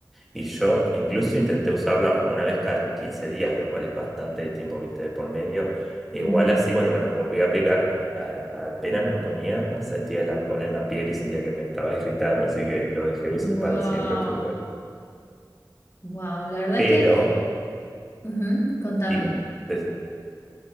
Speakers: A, in the centre; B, on the left.
A: y yo incluso intenté usarla una vez cada 15 días, lo cual es bastante tiempo, viste, de por medio. E
B: ujú.
A: Igual así, cuando me lo volví a aplicar, a- apenas me lo ponía, sentía el ardor en la piel y sentía que me estaba irritando, así que lo dejé de
B: Wow,
A: usar para siempre, porque bueno.
B: wow. La verdad
A: Pero,
B: que, ujú, Contame.
A: dime. des-